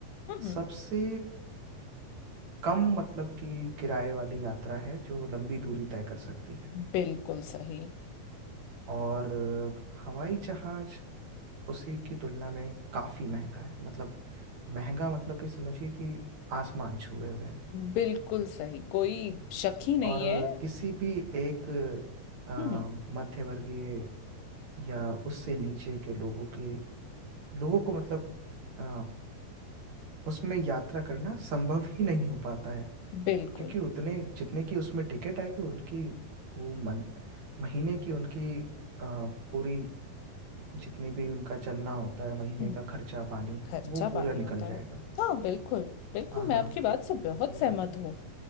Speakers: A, on the left; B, on the right.
A: हम्म
B: सबसे कम मतलब कि किराए वाली यात्रा है जो लंबी दूरी तय कर सकती है
A: बिल्कुल सही
B: और अ, हवाई जहाज उसी की तुलना में काफ़ी महंगा है मतलब महंगा मतलब कि समझिए कि आसमान छुए हुए हैं
A: बिल्कुल सही कोई शक ही नहीं
B: और
A: है
B: किसी भी एक अ,
A: हम्म
B: मध्यवर्गीय या उससे नीचे के लोगों के लोगों को मतलब अ, उसमें यात्रा करना संभव ही नहीं हो पाता है
A: बिल्कुल
B: क्योंकि उतने जितने की उसमें टिकट आएगी उनकी वो मन महीने की उनकी अ, पूरी जितने भी उनका चलना होता है महीने
A: हम्म।
B: का खर्चा पानी
A: खर्चा
B: वो
A: पानी
B: पूरा निकल
A: होता
B: जाएगा
A: है हाँ बिल्कुल बिल्कुल
B: हाँ
A: मैं
B: हाँ
A: आपकी बात से बहुत
B: तो
A: सहमत हूँ